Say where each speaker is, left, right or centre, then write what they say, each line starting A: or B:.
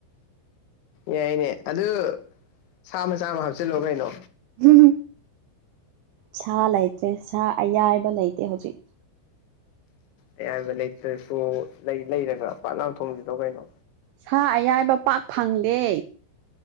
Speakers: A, on the left; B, on the right.
A: ꯌꯥꯏꯅꯦ ꯑꯗꯨ ꯁꯥ ꯃꯆꯥꯃ ꯍꯥꯞꯆꯤꯜꯂꯣ ꯀꯩꯅꯣ
B: ꯍꯝ ꯁꯥ ꯂꯩꯇ꯭ꯔꯦ ꯁꯥ ꯑꯌꯥꯏꯕ ꯂꯩꯇꯦ ꯍꯧꯖꯤꯛ
A: ꯑꯌꯥꯕ ꯂꯩꯇ꯭ꯔꯁꯨ ꯂꯩ ꯂꯩꯔꯒ ꯄꯥꯠ ꯂꯥꯡꯊꯣꯡꯁꯤꯗꯧ ꯀꯩꯅꯣ
B: ꯁꯥ ꯑꯌꯥꯏꯕ ꯄꯥꯛ ꯐꯪꯗꯦ